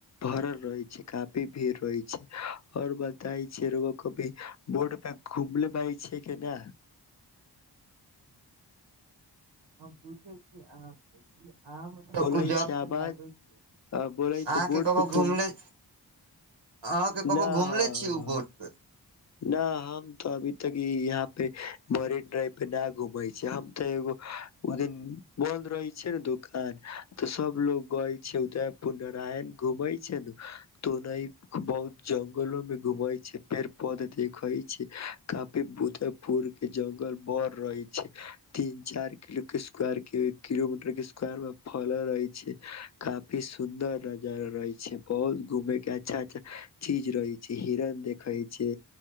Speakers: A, on the left; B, on the right.
A: भरल रहए छै काफी भीड़ रहए छै आओर बताइ छै रौआ कभी बोड पे घुमलेबााय छै के नए
B: हम पूछै छी अहाँसे की अहाँ मतलब
A: बोले
B: उजब
A: छै
B: से
A: आवाज
B: लागे छै
A: अ, बोले छै
B: अहाँ
A: बोट
B: के कबो
A: पे घूम
B: घुमलै अहाँके कबो
A: ना
B: घुमले
A: ह
B: छीय ओ बोट पे
A: न हम तो अभी तक ई इहा यहाँ पे मरीन ड्राइव पे ना घूमय छै हम तऽ एगो ओ दिन बंद रहए छै ने दुकान तऽ सब लोग गय छै उदयपुर नारायण घूमय छै ने तऽ ओना बहुत जंगलोमे घूमय छै फेर पद देखय छै काफी बुधपुर के जंगल बड़' रहय छै तीन चार किलो के स्क्वायर के किलोमीटर के स्क्वायर मे फलय रहय छै काफी सुन्दर नजारा रहय छै बहुत घूमय के अच्छा अच्छा चीज रहय छै हिरण देखय छै